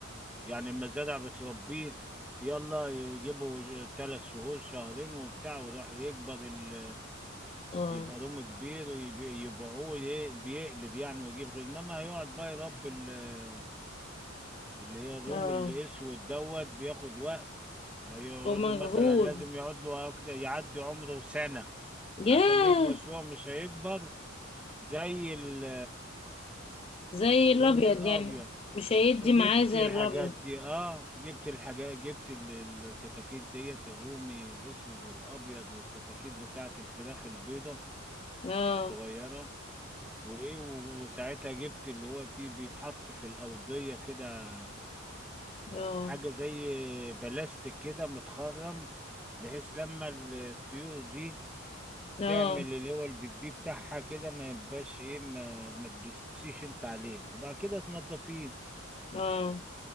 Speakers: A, in the centre; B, on the left (about 25°).
A: يعني المزارع بتربيه يلا يجيبوا ثلاث شهور شهرين وبتاع وراح يكبر ال...
B: اه
A: يبقى رومي كبير ويبي- يبيعوه ي- بيقلب يعني ويجيب غير انما هيقعد بقى يربي ال- اللي هي الرومي
B: اه
A: الاسود دوت بياخد وقت هيقعد
B: ومجهول
A: له مثلا لازم يقعد له أكتر يعدي عمره سنه
B: ياه
A: عشان يكبر شويه مش هيكبر زي ال-
B: زي
A: الرومي
B: الابيض
A: الابيض
B: يعني مش هيدي
A: جبت
B: معاه زي
A: الحاجات
B: الابيض
A: دي اه جبت الحاجات جبت ال- الكتاكيت ديت الرومي الاسود والابيض والكتاكيت بتاعت الفراخ البيضة
B: اه
A: الصغيرة وايه و- وساعتها جبت اللي هو فيه بيتحط في الارضية كده
B: اه
A: حاجة زي بلاستيك كده متخرم بحيث لما الطيور دي
B: اه
A: تعمل اللي هو البيبي بتاعها كده ما يبقاش ايه ما, ما تدوسيش انت عليه وبعد كده تنضفيه
B: اه